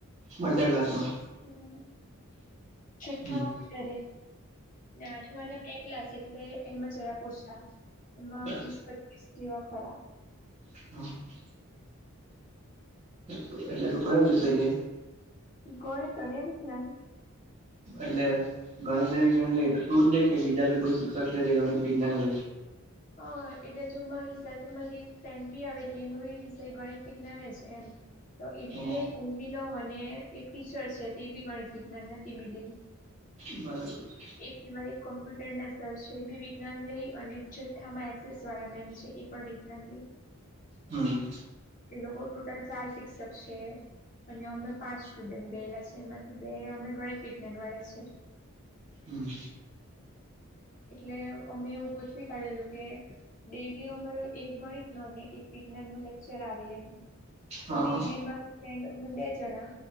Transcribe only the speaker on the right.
બધાં ક્લાસમાં?
હમ
બસ
હહ તું એટલે તું કયો વિષય લે?
એટલે ગણિતને વિજ્ઞાન લે તો તું જ લે કે બીજા બી કોઈ શિક્ષક છે જે ગણિત, વિજ્ઞાન લે?
હા.
બરાબર છે.
હમ
હમ
હા